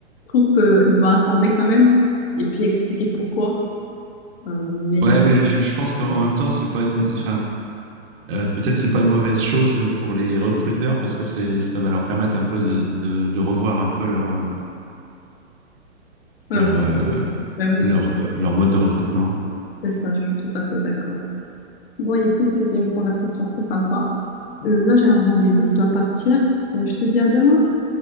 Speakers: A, on the left; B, on the right.
A: Je trouve que il doit informer quand même et puis expliquer pourquoi. Euh, mais,
B: Ouais,
A: euh,
B: mais je, je pense qu'en même temps, c'est pas une, enfin, euh, peut-être c'est pas une mauvaise chose pour les recruteurs parce que c'est, ça va leur permettre un peu de, de, de revoir un peu leur, euh,
A: alors,
B: leur,
A: ça,
B: euh,
A: bah oui.
B: leur, euh, leur mode de recrutement.
A: C'est ça, je suis tout à fait d'accord. Bon, écoute, c'était une conversation très sympa. Euh, là, j'ai un rendez-vous, je dois partir. Euh, je te dis à demain.